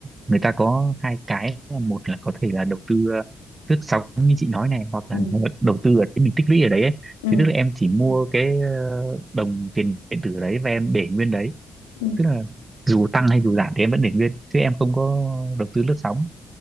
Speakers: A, on the right; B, on the left.
A: người ta có hai cái là một là có thể là đầu tư ờ, lướt sóng như chị nói này hoặc
B: ừ,
A: là <laughs> đầu tư ở cái mình tích lũy ở đấy ấy.
B: ừ,
A: thì tức là em chỉ mua cái ờ, đồng tiền điện tử đấy và em để nguyên đấy
B: ừ.
A: tức là dù tăng hay dù giảm thì em vẫn để nguyên chứ em không có đầu tư lướt sóng